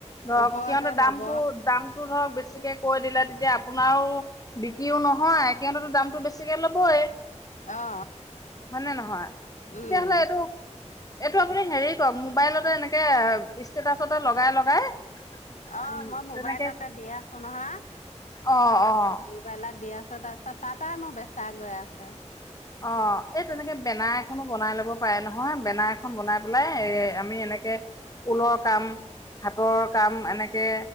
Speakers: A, on the left; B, on the left.
A: ধৰক
B: ওপৰতে
A: সিহঁতে দামতটো
B: লব
A: দাম টো ধৰক বেছিকে কৈ দিলে তেতিয়া আপোনাৰো বিক্ৰীও নহয় এতিয়াতোটো দামতো বেছিকে ল'বই। হয়
B: অ
A: নে নহয়
B: উম
A: তেতিয়াহ'লে এইটো এইটো আপুনি হেৰি কৰওক মোবাইলতে এনেকে ষ্টেটাচতে লগাই লগাই
B: অ
A: উম
B: মই মোবাইল
A: তেনেকে
B: এটা দি আছো নহয়
A: অ', অ'।
B: <unintelligible> মোবাইলত দি আছো তাৰপিছত তাতেই মোৰ বেচা গৈ আছে
A: অ এই তেনেকে বেনাৰ এখনো বনাই ল'ব পাৰে নহয় বেনাৰ এখন বনাই পেলাই এ আমি এনেকে কুলৰ কাম হাতৰ কাম এনেকে